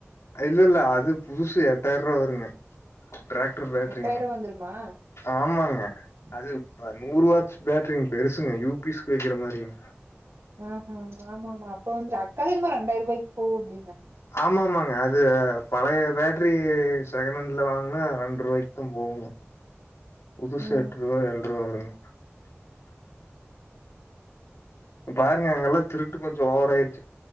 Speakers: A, on the left (about 80°); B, on the right (about 80°).
A: இல்ல இல்ல அது புதுசு எட்டாயிரம் ரூவா வருங்க டிராக்டர் பேட்டரிங்க
B: எட்டாயிர ரூவா வந்துருமா
A: ஆமாங்க அது ப்ப நூறு வாட்ஸ் பேட்ரிங்க பெருசுங்க யூ பி எஸ் க்கு வைக்கிற மாரிங்க
B: ஆஹ ஆமா ஆமா அப்ப வந்து அக் காவே என்மோ ரெண்டாய்ர ரூபாய்க்கு போவ் அப்டின்னாங்க
A: ஆமா ஆமாங்க அது பழைய பேட்ரி செகணண்டுல வாங்குனா ரெண்ட்ருவாய்கு தா போவுங்க புதுசு
B: ம்
A: எட்ருவா ஏழுட்ருவா வருங்க பாருங்க அங்கெல்லா திருட்டு கொஞ்சோ ஓவரா ஆயிருக்